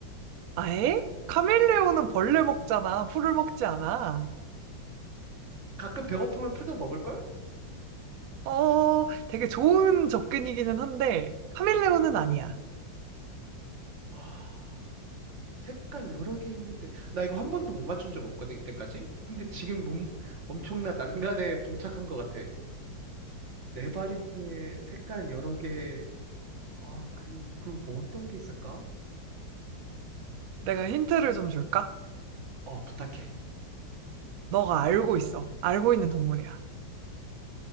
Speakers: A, on the right; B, on the right.
A: 아예? 카멜레온은 벌레 먹잖아. 풀을 먹지 않아.
B: 가끔 배고프면 풀도 먹을걸?
A: 어, 되게 좋은 접근이기는 한데, 카멜레온은 아니야.
B: 와. 색깔 여러 개 있는데 나 이거 한 번도 못 맞춘 적 없거든 이때까지 근데 지금 몸 엄청난 난간에 봉착한 것 같아 네 발인데 색깔 여러 개아 그럼 그럼 뭐 어떤 게 있을까
A: 내가 힌트를 좀 줄까?
B: 어 부탁해
A: 너가 알고 있어. 알고 있는 동물이야.